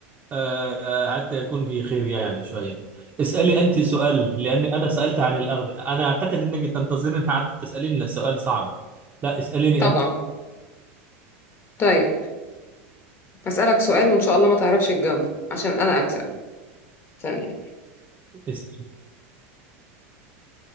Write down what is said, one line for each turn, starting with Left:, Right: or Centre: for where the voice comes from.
Right: آه آه، حتى يكون في خير يعني شوية اسألي أنت سؤال لأني أنا سألت عن الأرض أنا أعتقد أنك تنتظرين حتى تسألين سؤال صعب لا اسأليني
Left: طبعا طيب هسألك سؤال وإن شاء الله ما تعرفش تجاوبه عشان أنا أكسب ثانية
Right: أنت